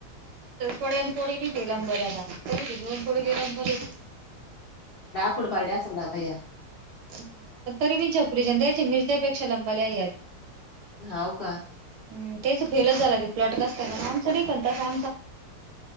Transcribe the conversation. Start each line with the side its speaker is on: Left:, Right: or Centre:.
Right: वेळानं तोडाय पहिली घेऊन गेली आणि थोडी मले
Left: कूडपाड्या असं ना आता या?
Right: ह पण तरी बी चछकुरीच्या द्यायचे मिरच्यापेक्षा लंबाल्या यावी
Left: हाव का
Right: म तेच फेलच झाला त प्लटगस्त कारण आमचां नाही पण तस आ